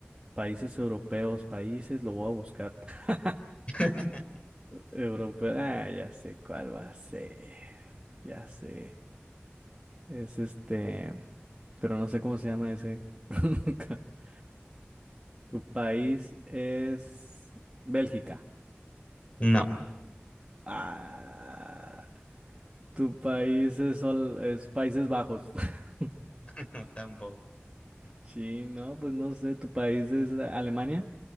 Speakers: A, on the right (about 25°); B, on the left (about 30°).
A: Países europeos, países, lo voy a buscar. <laughs>
B: <laughs>
A: Europeo, ah, ya sé cuál va a ser. Ya sé. Es este, pero no sé cómo se llama ese. <laughs> Tu país es Bélgica.
B: No,
A: Ah, tu país es, Sol- es Países Bajos. <laughs>
B: <laughs> tampoco.
A: Sí, no, pues no sé, tu país es Alemania.